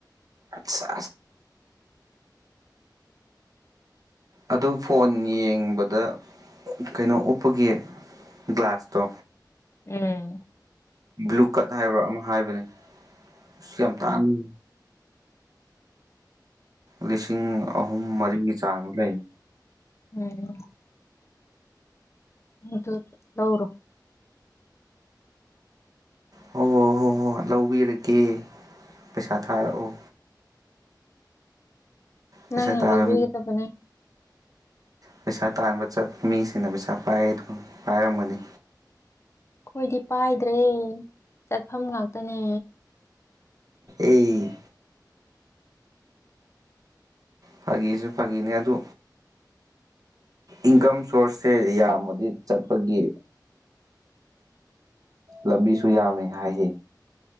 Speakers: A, on the right; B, on the left.
A: ꯑꯁ ꯑꯗꯨ ꯐꯣꯟ ꯌꯦꯡꯕꯗ ꯀꯩꯅꯣ ꯎꯞꯄꯒꯤꯦ ꯒ꯭ꯂꯥꯁꯇꯣ
B: ꯎꯝ
A: ꯕ꯭ꯂꯨ ꯀꯠ ꯍꯥꯏꯕ꯭ꯔꯥ ꯑꯃ ꯍꯥꯏꯕꯅꯦ ꯑ ꯌꯥꯝ ꯇꯥꯟꯅ ꯂꯤꯁꯤꯡ ꯑꯍꯨꯝ ꯃꯔꯤꯒꯤ ꯆꯥꯡ ꯂꯩ
B: ꯎꯝ ꯑꯗꯨ ꯂꯧꯧꯔ
A: ꯍꯣꯏ ꯍꯣꯏ ꯍꯣꯏ ꯍꯣꯏ ꯂꯧꯕꯤꯔꯒꯦ ꯄꯩꯁꯥ ꯊꯥꯔꯛꯑꯣ ꯄꯁꯦ
B: ꯅꯪꯅ
A: ꯇꯥꯅ
B: ꯂꯧꯕꯤꯒꯗꯕꯅꯦ
A: ꯄꯩꯁꯥ ꯇꯥꯟꯕ ꯆꯠꯄ ꯃꯤꯁꯤꯅ ꯄꯩꯁꯥ ꯄꯥꯏ ꯄꯥꯏꯔꯒꯅꯤ
B: ꯑꯩꯣꯏꯗꯤ ꯄꯥꯏꯗ꯭ꯔꯦ ꯆꯠꯐꯝ ꯉꯥꯛꯇꯅꯦ
A: ꯑꯦ ꯐꯥꯒꯤꯁꯨ ꯐꯥꯒꯤꯅꯦ ꯑꯗꯨ ꯏꯟꯀꯝ ꯁꯣꯔꯁꯁꯦ ꯌꯥꯝꯃꯗꯤ ꯆꯠꯄꯒꯤ ꯂꯝꯕꯤꯁꯨ ꯌꯥꯝꯃꯤ ꯍꯥꯏꯈꯤ